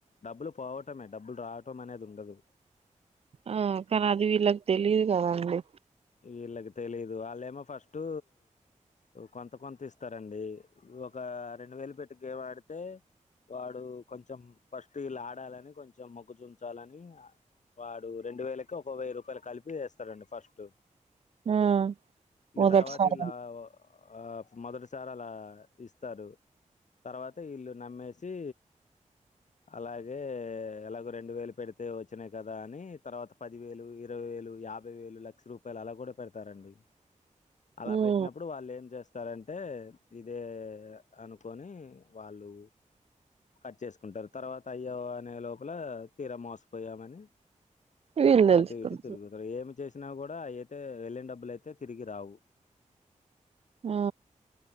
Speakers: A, on the left (about 65°); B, on the right (about 50°).
A: డబ్బులు పోవటమే డబ్బులు రావటం అనేది ఉండదు
B: ఆ కానీ అది వీళ్ళకి తెలిదు కదండి
A: వీళ్ళకి తెలిదు వాళ్ళేమో ఫస్టు కొంత కొంత ఇస్తారండి ఒక రెండు వేలు పెట్టి గేమ్ ఆడితే వాడు కొంచెం ఫస్ట్ ఇలా ఆడాలని కొంచెం మొగ్గు చుంచాలని ఆ వాడు రెండు వేలకు ఒక వెయ్యి రూపాయలు కలిపి వేస్తారండి ఫస్ట్
B: ఆ
A: ఇగ
B: మొదటిసారి
A: తర్వాత ఇలా ఓ ఆ మొదటిసారి అలా ఇస్తారు తర్వాత వీళ్ళు నమ్మేసి అలాగే ఎలాగో రెండు వేలు పెడితే వచ్చినాయి కదా అని తర్వాత పదివేలు ఇరవై యాభై వేలు లక్ష రూపాయలు అలా కూడా పెడతారండి అలా
B: మ్మ్
A: పెట్టినప్పుడు వాళ్ళు ఏం చేస్తా చేస్తారంటే ఇదే అనుకొని వాళ్ళు కట్ చేసుకుంటారు తర్వాత అయ్యే అనే లోపల తీర మోసపోయాము అని
B: వీళ్ళు తెలుసుకుంటారు
A: అటు ఇటు తిరుగుతారు ఏమి చేసినా కూడా అ అయితే వెళ్ళిన డబ్బులు అయితే తిరిగి రావు
B: ఆ